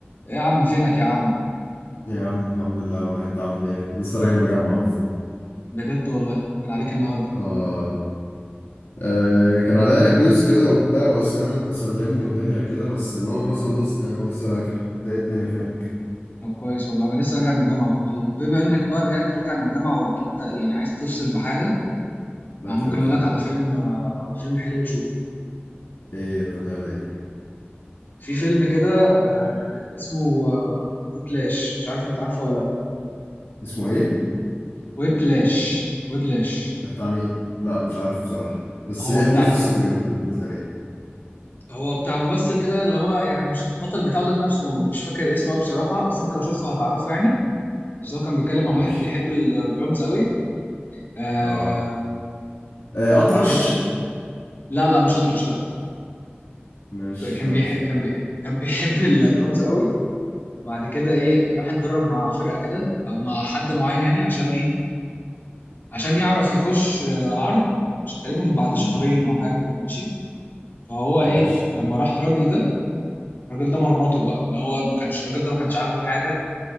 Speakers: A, on the left; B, on the left.
A: ايه يا عم فينك يا عم
B: يا عم الحمد لله والله انت عامل ايه لسه راجع من الجامعة اهو.
A: بجد والله كان عليك النهارده
B: اه آه، كان عليا كويز كده وبتاع واسايمنت تسلمه ودنيا كده بس اللي هو خلاص خلصت يعني هو لسه راجع انت ايه الدنيا فينك
A: طب كويس والله انا لسه راجع من الجامعه برضه طب بما انك بقى رجعت راجع من الجامعه واكيد تا- يعني عايز تفصل بحاجه
B: لا
A: انا
B: كده
A: ممكن
B: كده
A: اقول لك على فيلم آه، على فيلم حلو تشوفه
B: ايه هتقول لي على ايه
A: في فيلم كده آه، اسمه آه، ويبلاش مش عارف انت عارفه ولا لا
B: اسمه ايه
A: ويبلاش ويبلاش
B: ده بتاع مين لا مش عارف بصراحة بس
A: هو
B: ايه احكي
A: بتاع
B: لي
A: م-
B: قصته كده في السريع
A: هو بتاع ممثل كده اللي هو يعني مش البطل بتاعه ذات نفسه مش فاكر اسمه قوي بصراحه بس انت لو شفته هتعرفه يعني بس هو كان بيتكلم عن
B: ماشي
A: واحد بيحب الدرامز قوي آه
B: اه آه، اطرش
A: وبعد كده لا لا مش اطرش لا
B: ماشي
A: كان
B: كمل
A: بيح... كان بي... كان بيحب <laughs> الدرامز قوي بعد كده ايه راح اتدرب مع فرقه كده او مع حد معين يعني عشان ايه عشان يعرف يخش آه، عرض مش- تقريبا بعد
B: مم.
A: شهرين او حاجه كده ماشي فهو ايه
B: ماشي
A: لما راح للراجل ده الراجل ده مرمطه بقى اللي هو ما كانش الراجل ده ما كانش عاجبه حاجه